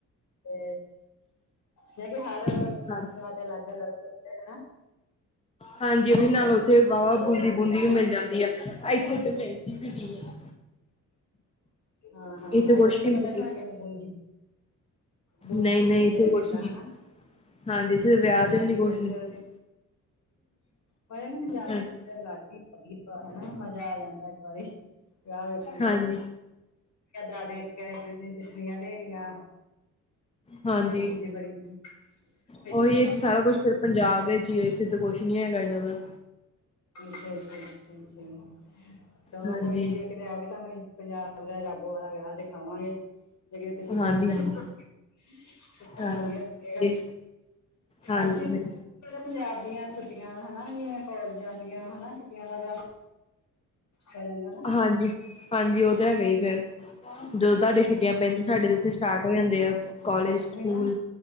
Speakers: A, on the left; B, on the left.
A: ਤੇ ਮੈਂ ਕਿਹਾ ਹਰ <unintelligible>
B: ਹਾਂਜੀ।
A: ਅਲੱਗ ਅਲੱਗ ਹਨਾ
B: ਹਾਂਜੀ ਉਹ ਵੀ
A: ਤੇ
B: ਨਾਲ ਉੱਥੇ ਵਾਹਵਾ
A: ਉਹ
B: ਬੋਲੀ-
A: ਚੀਜ਼ਾਂ
B: ਬੁਲੀ ਵੀ ਮਿਲ ਜਾਂਦੀ ਆ, ਇੱਥੇ ਤੇ ਮਿਲਦੀ ਵੀ ਨਹੀਂ ਆ
A: ਹਾਂ ਹਾਂ
B: ਇੱਥੇ
A: ਹਾਂ
B: ਕੁਛ
A: ਇੱਧਰ ਤੇ ਪਤਾ
B: ਬੋਲੀ
A: ਨੀ ਹੋਣਾ ਕਿਹਨੂੰ ਬੂੰਦੀ ਨੂੰ ਬੂੰਦੀ
B: ਨਹੀਂ
A: ਕਿ
B: ਨਹੀਂ
A: ਚੀਜ਼
B: ਇੱਥੇ
A: ਐ ਜਾਂ
B: ਕੁਛ
A: ਕਿੱਦਾਂ
B: ਨੀ
A: ਹਨਾ
B: ਹਾਂਜੀ ਏਥੇ ਤਾਂ ਵਿਆਹ
A: ਪੰਜਾਬੀ
B: ਤੇ ਵੀ ਨੀ ਕੁਝ
A: ਕਲਚਰ
B: ਦਿਦੇ
A: ਪੰਜਾਬ
B: ਹਾਂਜੀ
A: ਅਲਗ ਹੀ ਵਧੀਆ ਹਨਾ ਮਜ਼ਾ ਆ ਜਾਂਦਾ ਇੱਕ ਵਾਰੀ <unintelligible> ਵਿਆਹ ਵੇਖਣ ਦਾ
B: ਹਾਂਜੀ
A: ਦਾ ਇੱਕ ਦੂਜੇ ਨੂ ਸਿੱਠਣੀਆਂ ਦੇਣੀਆ।
B: ਹਾਂਜੀ
A: ਇਹ ਚੀਜ਼ ਦੀ ਬੜੀ ਵਧੀਆ,
B: ਉਹੀ
A: ਇੱਥੇ ਨੀ
B: ਇਹ
A: ਹੈਗਾ
B: ਤੇ ਸਾਰਾ
A: ਕੰਮ
B: ਕੁਛ ਫਿਰ ਪੰਜਾਬ ਵਿੱਚ ਈ ਐ, ਇੱਥੇ ਤਾਂ ਕੁਛ ਨੀ ਹੈਗਾ ਇੱਦਾਂ ਦਾ
A: ਅੱਛਾ, ਅੱਛਾ, ਅੱਛਾ, ਅੱਛਾ ਚਲੋ
B: ਹਾਂਜੀ
A: ਕੋਈ ਨੀ ਜੇ ਕਿਤੇ ਆਓਗੇ ਤੁਹਾਨੂੰ ਅਸੀਂ ਪੰਜਾਬ ਦਾ ਜਾਗੋ ਵਾਲਾ ਵਿਆਹ ਦਿਖਾਵਾਂਗੇ। ਜੇ ਕਿਤੇ ਤੁਸੀਂ ਪਹੁੰਚੇ,
B: ਹਾਂਜੀ ਹਾਂਜੀ
A: ਸਾਨੂੰ
B: ਹਾਂ
A: ਵਧੀਆ ਲਗੇਗਾ।
B: ਤੇ ਹਾਂਜੀ
A: ਐਕਚੁਲੀ
B: ਫਿਰ
A: ਪੰਜਾਬ ਦੀਆਂ ਛੁੱਟੀਆਂ ਹਨਾ ਜਿਵੇਂ ਕੌਲ ਜਾਂਦੀਆਂ ਹਨਾ ਛੁੱਟੀਆਂ ਦਾ ਬੜਾ ਪੈ ਜਾਂਦਾ ਨਾ
B: ਹਾਂਜੀ, ਹਾਂਜੀ ਉਹ ਤਾਂ ਹੈਗਾ ਈ ਏ ਫਿਰ ਜਦੋਂ
A: ਟਾਈਮ
B: ਤੋਡੇ ਛੁੱਟੀਆਂ ਪੈਂਦੀਆਂ ਸਾਡੇ ਤੇ ਇੱਥੇ ਸਟਾਰਟ ਹੋ ਜਾਂਦੇ ਆ ਕਾਲਜ, ਸਕੂਲ
A: ਨਾ